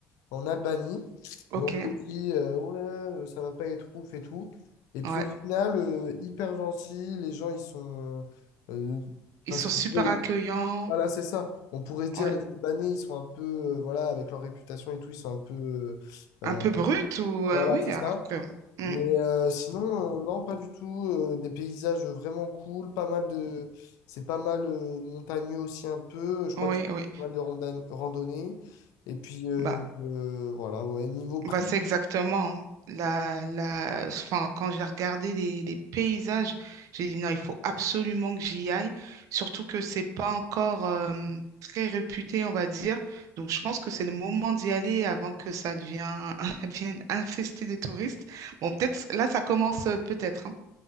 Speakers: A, on the left (about 80°); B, on the right (about 65°).
A: en Albanie.
B: Ok,
A: Et on s'est dit, euh, ouais, euh, ça va pas être ouf et tout. Et puis
B: ouais,
A: au final, euh, hyper gentil, les gens, ils sont... euh,
B: ils
A: parce
B: sont
A: qu'on
B: super
A: pourrait...
B: accueillants.
A: Voilà, c'est ça. On pourrait se dire,
B: Ouais.
A: les Albanais, ils sont un peu, euh, voilà, avec leur réputation et tout, ils sont un peu...
B: Un
A: euh, euh,
B: peu brute ou
A: voilà,
B: euh, oui,
A: c'est
B: alors
A: ça.
B: que Mm.
A: Mais euh, sinon, euh, non, pas du tout. euh, des paysages vraiment cool, pas mal de. C'est pas mal euh, montagneux aussi un peu. Je crois
B: oui,
A: qu'il y a
B: oui.
A: pas mal de rondan- randonnées. Et puis euh,
B: Bah,
A: euh, voilà, ouais, niveau prix.
B: bah c'est exactement la, la enfin, quand j'ai regardé les, les paysages, j'ai dit non, il faut absolument que j'y aille, surtout que c'est pas encore euh, très réputé, on va dire. Donc je pense que c'est le moment d'y aller avant que ça devienne, <laughs> devienne infesté de <laughs> touristes. Bon, peut-être là ça commence euh, peut-être, hein.